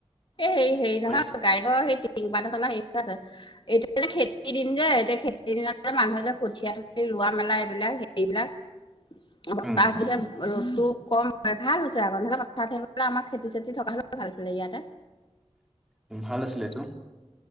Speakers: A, on the left (about 45°); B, in the centre.
A: এই হে হেৰি
B: বুজিছা।
A: নহয় গাড়ি ঘৰৰ সেই টিন পাত এচলা হেৰি হৈ আছে। এতিয়া খেতিৰ দিন যে এতিয়া খেতিৰ দিনত যে মানুহে যে কঠিয়া তুলি ৰোৱা মেলা এইবিলাক হেৰিবিলাক বতাহ
B: উম,
A: আহিলে ৰ'দটো কম হয় হৈছে ভাল হৈছে আকৌ, ন'ৰলে আমাৰ খেতি, চেতি থকা হ'লেও ভাল আছিলে ইয়াতে।
B: উম, ভাল আছিলেটো।